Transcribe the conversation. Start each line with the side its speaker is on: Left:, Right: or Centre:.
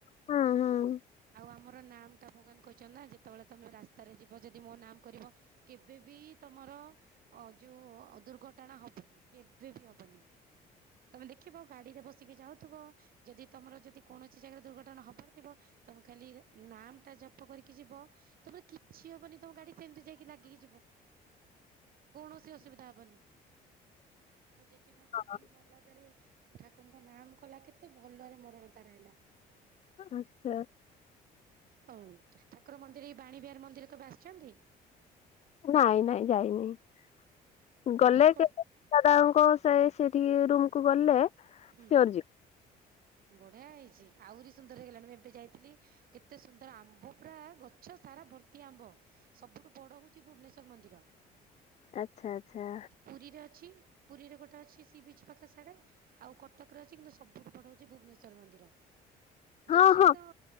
Left: ହୁଁ ହୁଁ।
Right: ଆଉ ଆମର ନାମ ଟା ଭଗବାନ କହିଛନ୍ତିନା ଯେତେବେଳେ ତମେ ରାସ୍ତାରେ ଯିବ ଯଦି ମୋ ନାମ କରିବ କେବେବି ତମର ଅ ଯୋଉ ଅ ଦୁର୍ଘଟଣା ହବନି କେବେ ବି ହବନି। ତମେ ଦେଖିବ ଗାଡି ରେ ବସିକି ଯାଉଥୁବ ଯଦି ତମର ଯଦି କୌଣସି ଜାଗାରେ ଦୁର୍ଘଟ ଟଣା ହବାର ଥିବ ତମେ ଖାଲି ନାମ ଟା ଜପ କରିକି ଯିବ। ତମର କିଛି ହବନି ତମ ଗାଡି ସେମିତି ଯାଇକି ଲାଗିକି ଯିବ। କୌଣସି ଅସୁବିଧା ହବନି ମୋ ଜେଜେମା ସେମିତି
Left: ହଁ,
Right: ମଲା ବେଳେ ଠାକୁରଙ୍କ ନାମ କଲା କେତେ ଭଲରେ ମରଣ ତାର ହେଲା।
Left: ଆଚ୍ଛା
Right: ହଁ ଠାକୁର ମନ୍ଦିର ଏଇ ବାଣୀ ବିହାର ମନ୍ଦିର କେବେ ଆସିଛନ୍ତି।
Left: ନାଇଁ ନାଇଁ ଯାଇନି
Right: ବଢିଆ
Left: ଗଲେ
Right: କରି
Left: କେବେ। ଦାଦାଙ୍କ ସେ ସେଠିକି ରୁମକୁୁ ଗଲେ।
Right: ହୁଁ
Left: ସିଓର ଯିବି।
Right: ବଢିଆ ହେଇଛି ଆହୁରି ସୁନ୍ଦର ହେଇଗଲାଣି ମୁଁ ଏବେ ଯାଇଥିଲି। କେତେ ସୁନ୍ଦର ଆମ୍ବ ପୁରା ଗଛ ସାରା ଭର୍ତ୍ତି ଆମ୍ବ। ସବୁଠୁ ବଡ ହଉଛି ଭୁବନେଶ୍ଵର ମନ୍ଦିର।
Left: ଆଚ୍ଛା ଆଚ୍ଛା
Right: ପୁରୀରେ ଅଛି ପୁରୀରେ ଗୋଟେ ଅଛି ସି ବିଚ୍ ପାଖ ସାଢ଼େ ଆଉ କଟକରେ ଅଛି କିନ୍ତୁ ସବୁଠୁ ବଡ ହଉଛି ଭୁବନେଶ୍ଵର ମନ୍ଦିର
Left: ହଁ
Right: ଦେଖିଲେ
Left: ହଁ
Right: ତ